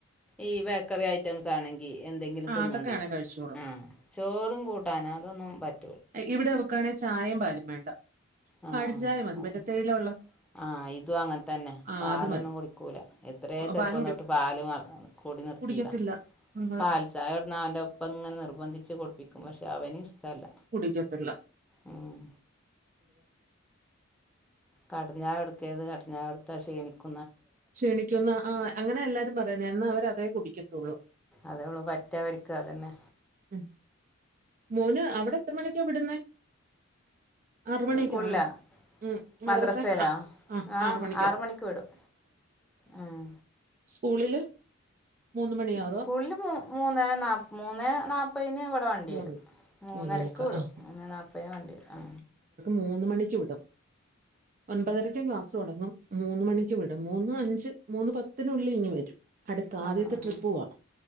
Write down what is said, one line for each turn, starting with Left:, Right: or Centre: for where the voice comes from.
Centre: ഈ വ ക്കറി ഐറ്റംസ് ആണെങ്കിൽ എന്തെങ്കിലും
Right: ആ
Centre: തിന്നോണ്ടിരിക്കും
Right: അതൊക്കെയാണെ കഴിച്ചോളും
Centre: ആ ചോറും കൂട്ടാന അതൊന്നും പറ്റ
Right: ഇവിടെ വെക്കുകയാണെങ്കിൽ ചായയും പാലും വേണ്ട
Centre: ആ
Right: കടുചായ മതി
Centre: അതന്നെ
Right: മറ്റത്തേയില വെള്ളം
Centre: ആഹ് ഇതും അങ്ങനെ തന്നെ
Right: ആ
Centre: പാലൊന്നും
Right: അത് മതി
Centre: കുടിക്കൂല എത്രയ ചെറുപ്പം
Right: പാല് കുടി
Centre: തോട്ട് പാൽ നിർതീത
Right: കുടിക്കത്തില്ല നമ്മള്
Centre: പാൽ ചായവിടന്ന് അവന്റെ ഒപ്പം ഇങ്ങനെ നിർബന്ധിച്ച് കൊടുപ്പിക്കും പക്ഷെ അവന് ഇഷ്ടമല്ല
Right: കുടിക്കത്തില്ല.
Centre: ഉം കടഞ്ഞാ എടുക്കത് കടഞ്ഞാ എടുത്താ ക്ഷീണിക്കും
Right: ക്ഷീണിക്കുന്ന ആ അങ്ങനെ എല്ലാരും പറയാ എന്നാ അവരതേ കുടിക്കത്തുള്ളൂ
Centre: അതേള്ളു പറ്റാ വരിക്കും അതന്നെ
Right: ഉം മോന് അവിടെ എത്ര മണിയൊക്കാ വിടുന്നേ? ആറ മണിക്കാണോ
Centre: സ്കൂളിലാ
Right: ഉ മദ്രാസ
Centre: മദ്രസയിലാ
Right: ആ ആ
Centre: ആഹ്
Right: ആറ മണിക്കാ
Centre: ആറ് മണിക്ക് വിടും ഉം
Right: സ്കൂളിൽ മൂന്ന് മണിയോ
Centre: സ്കൂളില്
Right: അതോ
Centre: മ മൂന്ന്േ നാ മൂന്ന്േ നാല്പ്പതിന് ഇവിടെ വണ്ടി
Right: മൂന്ന്
Centre: വരും മൂന്നരക്ക്
Right: മൂന്നേ മുക്കാൽ
Centre: വിടും
Right: ആ
Centre: മൂന്ന് നാല്പ്പതിന് വേണ്ടി ആ
Right: മൂന്ന്മണക്ക് വിടുംഒൻപതരക്ക് ക്ലാസ്സ്തൊടങ്ങും മൂന്ന്മണി വിട് മൂന്ന് അഞ്ച് മൂന്ന്പത്തിനുള്ളിൽങ്ങ് വരും അടുത്ത ആദ്യത്തെട്രിപ്പ്പോവാ
Centre: ആഹ് ആഹ്